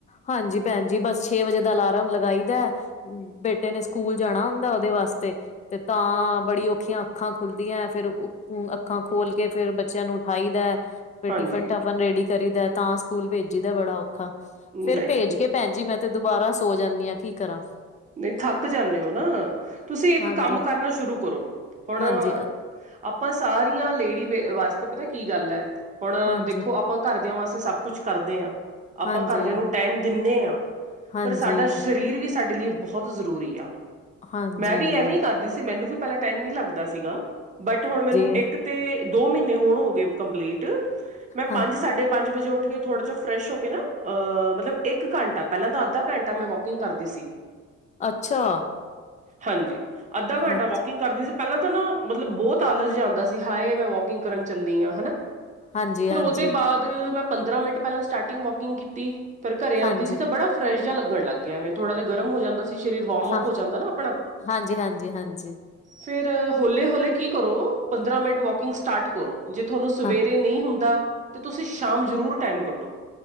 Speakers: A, on the left; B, on the right.
A: ਹਾਂਜੀ ਭੈਣ ਜੀ ਬਸ ਛੇ ਵਜੇ ਦਾ ਅਲਾਰਮ ਲਗਾਈ ਦਾ ਬੇਟੇ ਨੇ ਸਕੂਲ ਜਾਣਾ ਹੁੰਦਾ ਉਹਦੇ ਵਾਸਤੇ ਤੇ ਤਾਂ ਬੜੀ ਔਖੀਆਂ ਅੱਖਾਂ ਖੁੱਲਦੀਆਂ ਫੇਰ ਅੱਖਾਂ ਖੋਲ ਕੇ ਫੇਰ ਬੱਚਿਆਂ ਨੂੰ ਉਠਾਇਦਾ ਫੇਰ
B: ਹਾਂਜੀ
A: ਟਿਫਨ ਟਫਨ ਰੈਡੀ ਕਰੀ ਦਾ ਤਾਂ ਸਕੂਲ ਭੇਜੀ ਦਾ ਬੜਾ ਔਖਾ ਫੇਰ
B: ਨਹੀਂ
A: ਭੇਜ ਕੇ ਭੈਣ ਜੀ ਮੈਂ ਤੇ ਦੁਬਾਰਾ ਸੋ ਜਾਂਦੀ ਹਾਂ ਕੀ ਕਰਾਂ
B: ਨਹੀਂ ਥੱਕ ਜਾਂਦੇ ਹੋ ਨਾ ਤੁਸੀਂ ਇੱਕ
A: ਹਾਂਜੀ
B: ਕੰਮ ਕਰਨਾ ਸ਼ੁਰੂ ਕਰੋ ਹੁਣ
A: ਹਾਂਜੀ
B: ਆਪਾਂ ਸਾਰੀਆਂ ਲੇਡੀ ਵ ਵਾਸਤੇ ਪਤਾ ਕੀ ਗੱਲ ਹੈ ਹੁਣ
A: ਹਾਂਜੀ
B: ਦੇਖੋ ਆਪਾਂ ਘਰਦਿਆਂ ਵਾਸਤੇ ਸਭ ਕੁਛ ਕਰਦੇ ਹਾਂ ਆਪਾਂ
A: ਹਾਂਜੀ
B: ਘਰਦਿਆਂ ਨੂੰ ਟਾਈਮ ਦਿੰਦੇ ਹਾਂ।
A: ਹਾਂਜੀ
B: ਪਰ ਸਾਡਾ ਸਰੀਰ ਵੀ ਸਾਡੇ ਲਈ ਬਹੁਤ ਜ਼ਰੂਰੀ ਆ।
A: ਹਾਂਜੀ
B: ਮੈਂ ਵੀ ਐਵੇਂ ਕਰਦੀ ਸੀ ਮੈਨੂੰ ਵੀ ਪਹਿਲਾਂ ਟਾਈਮ ਨਹੀਂ ਲੱਗਦਾ ਸੀਗਾ ਬਟ ਹੁਣ ਮੈਨੂੰ
A: ਹਾਂਜੀ
B: ਇੱਕ ਤੇ ਦੋ ਮਹੀਨੇ ਹੋਣ ਹੋ ਗਏ ਕੰਪਲੀਟ, ਮੈਂ ਪੰਜ-
A: ਹਾਂ
B: ਸਾਢੇ ਪੰਜ ਵਜੇ ਉੱਠ ਕੇ ਥੋੜਾ ਜਿਹਾ ਫਰੈਸ਼ ਹੋ ਕੇ ਨਾ ਅ ਮਤਲਬ ਇੱਕ ਘੰਟਾ ਪਹਿਲਾਂ ਤਾਂ ਅੱਧਾ ਘੰਟਾ ਮੈਂ ਵਾਕਿੰਗ ਕਰਦੀ ਸੀ
A: ਅੱਛਾ।
B: ਹਾਂਜੀ, ਅੱਧਾ ਘੰਟਾ
A: ਹਾਂ
B: ਵਾਕਿੰਗ ਕਰਦੀ ਸੀ। ਪਹਿਲਾਂ ਤਾਂ ਨਾ ਮਤਲਬ ਬਹੁਤ ਆਲਸ ਜਿਆ ਆਂਦਾ ਸੀ ਹਾਏ ਮੈਂ ਵੋਕਿੰਗ ਕਰਨ ਚੱਲੀ ਹਾਂ ਹਨਾ।
A: ਹਾਂਜੀ
B: ਫਿਰ
A: ਹਾਂਜੀ
B: ਉਹਦੇ ਬਾਅਦ ਮੈਂ ਪੰਦਰਾਂ ਮਿੰਟ ਪਹਿਲਾਂ ਸਟਾਰਟਿੰਗ ਵੋਕਿੰਗ ਕੀਤੀ, ਫੇਿਰ ਘਰੇ ਆਉਂਦੀ
A: ਹਾਂਜੀ
B: ਸੀ ਤਾਂ ਬੜਾ ਫਰੈਸ਼ ਜਿਆ ਲੱਗਣ ਲੱਗ ਗਿਆ ਵੇ ਥੋੜਾ ਜਹਾ ਗਰਮ ਹੋ ਜਾਂਦ ਸਰੀਰ ਵਾਰਮਅਪ
A: ਹਾਂ
B: ਹੋ ਜਾਂਦੇ ਨਾ ਅਪਣਾ।
A: ਹਾਂਜੀ ਹਾਂਜੀ ਹਾਂਜੀ
B: ਫਿਰ ਹੌਲੇ-ਹੌਲੇ ਕੀ ਕਰੋ? ਪੰਦਰਾਂ ਮਿੰਟ ਵੋਕਿੰਗ ਸਟਾਰਟ ਕਰੋ। ਜੇ ਤੁਹਾਨੂੰ ਸਵੇਰੇ
A: ਹਾਂ
B: ਨਹੀਂ ਹੁੰਦਾ ਤਾਂ ਤੁਸੀਂ ਸ਼ਾਮ ਜ਼ਰੂਰ ਟਾਈਮ ਕੱਢੋ।